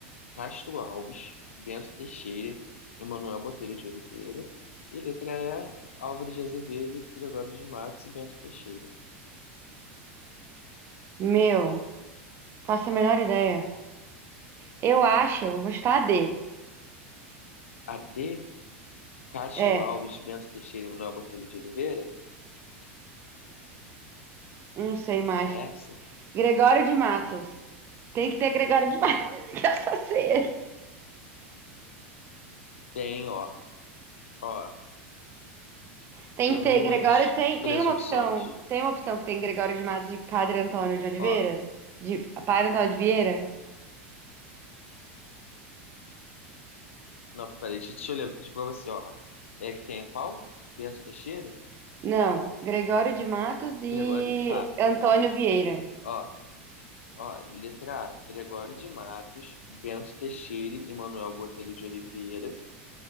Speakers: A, on the left; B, on the right.
A: Castro Alves, Bento Teixeira, Emanuel Botelho de Oliveira. E letra E, Álvares de Azevedo, Gregório de Matos e Bento Teixeira.
B: Meu, faço a menor ideia. Eu acho, eu vou chutar a D.
A: A D, Castro
B: É,
A: Alves, Bento Teixeira e Manuel Botelho de Oliveira?
B: não sei mais.
A: É essa?
B: Gregório de Matos. Tem que ter Gregório de Matos. <laughs> que eu só sei ele.
A: Tem, ó. Ó,
B: Tem
A: temos,
B: que ter Gregório. Tem,
A: deixa
B: tem
A: eu ler as
B: uma
A: opções.
B: opção. Tem uma opção que tem Gregório de Matos de Padre Antônio de Oliveira?
A: Ó,
B: De Padre Antônio de Vieira?
A: Não, peraí, deixa, deixa eu ler de pra você, ó. É que tem qual? Bento Teixeira?
B: Não. Gregório de Matos e
A: Gregório, tá.
B: Antônio Vieira.
A: Ó, ó, letra A, Gregório de Matos, Bento Teixeira e Manuel Botelho de Oliveira.